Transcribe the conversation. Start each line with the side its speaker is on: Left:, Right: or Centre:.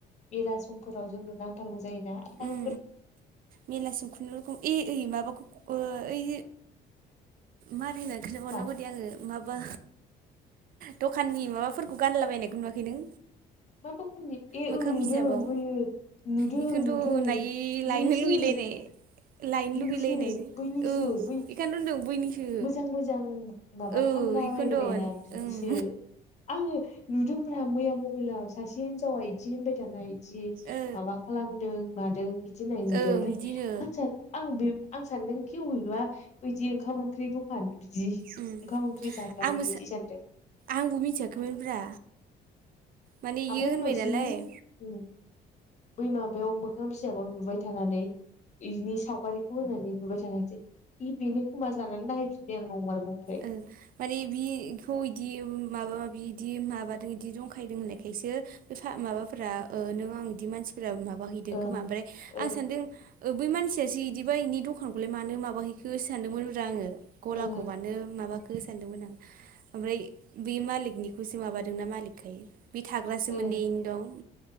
Left: ला समफोराव जोंनो नांथारगौ जायो ना रांफोर
Right: उम मेलासिम खुुनुरुखुम ए इ माबाखौ ओइ मारै होनना खोनथा हरनांगो
Left: मा
Right: दे आङो माबा दखाननि माबा फोरखौ गानलाबायनायखौ नुवाखै नों
Left: मा दखाननि ए
Right: मोखां
Left: ओं नुदों
Right: बिजाबाव
Left: बोयो नुदों
Right: बेखौनोथ'
Left: नुदों
Right: नायै
Left: बिनिसो
Right: लायनो लुगैलायनाय लायनो
Left: बिनिसो
Right: लुगैलायनाय
Left: बैनिसो
Right: औ
Left: बै
Right: बेखौनोथ' होनदों बैनिसो
Left: मोजां मोजां माबा
Right: औ
Left: फानला
Right: बेखौनोथ'
Left: बायग्राया ना बिनिसो
Right: ओं
Left: आङो नुदोंब्रा मैया आगोलाव सासे हिनजावा इदि होनबाय थानाय जि
Right: ओ
Left: माबा खालामदों मादों बिदि होननाय नुदों
Right: ओं
Left: ओमफ्राय
Right: बिदिनो
Left: आ आं आं सानदों कि अबेबा ब बिदि ओंखाम ओंख्रि दखान बिदि
Right: उम
Left: ओंखाम ओंख्रि जाबनानै
Right: आंबो
Left: बिदि जानदों
Right: आंबो मिथियाखैमोन ब्रा माने
Left: ओमफ्राय
Right: बियो होनबाय
Left: उनावसो
Right: नालाय
Left: उम बै माबायाव मोखां बिजाबाव नुबाय थानानै बिनि सावगारिखौ होनानै नुबाय थानोसै इ बेनो खोमा जानानै नायैफिनबाय आं नंमारगौ ओमफ्राय
Right: ओ माने बिखौ इदि माबा माबि बिदि माबादों बिदि जंखायदों होननायखायसो बे माबाफोरा नों आं इदि मानसि माबा हैदों
Left: ओं
Right: खोमा ओमफ्राय
Left: ओं
Right: आं सानदों बै मानसियासो बिदिबा बिनि दखानखौलाय मा माबाहैखौ हो सानदोंमोन आरो आङो गलाखौ
Left: ओ
Right: मानो माबाखौ सानदोंमोन आं ओमफ्राय बे मालिकनिखौसो माबादोंना मालिकखायो बे थाग्रासोम
Left: ओ
Right: ने इनि न'वाव